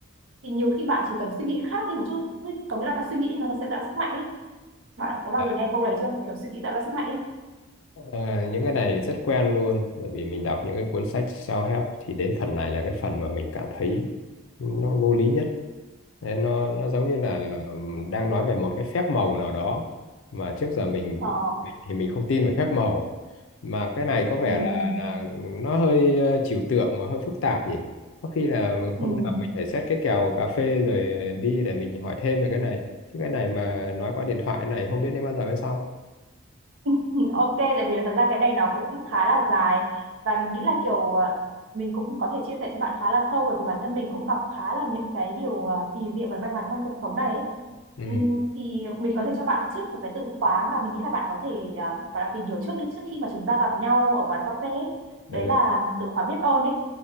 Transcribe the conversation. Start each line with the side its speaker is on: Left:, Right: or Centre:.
Right: thì nhiều khi bạn chỉ cần suy nghĩ khác đi một chút thôi. có nghĩa là suy nghĩ nó sẽ tạo sức mạnh ấy bạn có bao
Left: Đấy.
Right: giờ nghe câu này chưa kiểu suy nghĩ tạo ra sức mạnh ấy
Left: Ờ, những cái này rất quen luôn bởi vì mình đọc những cái cuốn sách self-help thì đến phần này là cái phần mà mình cảm thấy nó vô lý nhất Đấy, nó nó giống như là ừm, đang nói về một cái phép màu nào đó mà trước giờ mình
Right: ờ,
Left: mình- thì mình không tin về phép màu mà cái này có vẻ
Right: ừm,
Left: là là nó hơi ờ, trừu tượng và hơi phức tạp nhỉ có khi là
Right: ừm,
Left: hôm nào mình phải xét cái kèo cà phê rồi đi để mình hỏi thêm về cái này chứ cái này mà nói qua điện thoại này không biết đến bao giờ mới xong
Right: <laughs> Ok, tại vì là thật ra cái này nó cũng khá là dài và mình nghĩ là kiểu ờ, mình cũng có thể chia sẻ cho bạn khá là sâu bởi vì bản thân mình cũng gặp khá là những cái điều ờ, kỳ diệu và may mắn trong cuộc sống này ấy.
Left: ừ,
Right: Ừm, Thì mình có thể cho bạn trước một cái từ khóa mà mình nghĩ là bạn có thể ờ, gọi là tìm hiểu trước đi trước khi mà chúng ta gặp nhau ở quán cà phê ấy.
Left: ừ.
Right: Đấy là từ khóa biết ơn ấy.